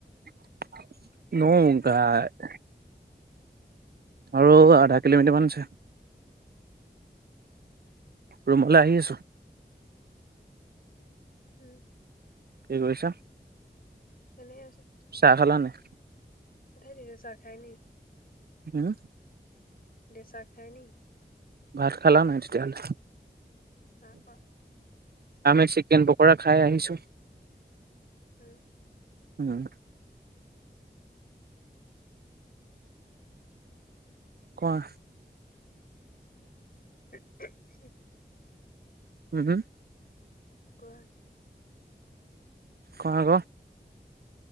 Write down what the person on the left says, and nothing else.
উম।
এনেই আছো।
ধেইত এতিয়া চাহ খায় নি।।
এতিয়া চাহ খাই নি।
নাই খোৱা।
উম।
<unintelligible>
কোৱা?